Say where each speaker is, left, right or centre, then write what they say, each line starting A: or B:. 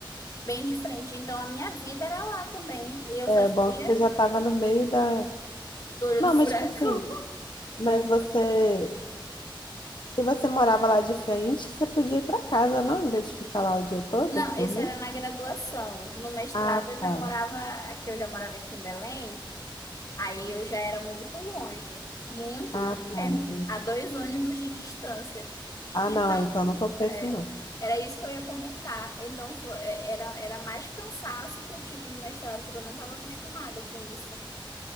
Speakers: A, on the left; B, on the left.
A: bem de frente. Então a minha vida era lá também. E eu
B: É,
A: só vivia
B: é bom que você já tava no meio da.
A: do olho
B: Não,
A: do
B: mas
A: furacão.
B: tipo assim, mas você. Se você morava lá de frente, você podia ir pra casa, não? Em vez de ficar lá o dia
A: <laughs>
B: todo,
A: Não, esse
B: dormir?
A: era na graduação. No mestrado
B: Ah,
A: eu já
B: tá.
A: morava aqui, eu já morava aqui em Belém. Aí eu já era muito longe, muito
B: Ah,
A: longe mesmo,
B: tá, entendi.
A: a dois ônibus de distância.
B: Ah,
A: Então,
B: não, é, então não compensa,
A: é,
B: não.
A: era isso que eu ia comentar. Então, foi, é, era, era mais cansaço que eu tive no mestrado, porque eu não estava acostumada com isso.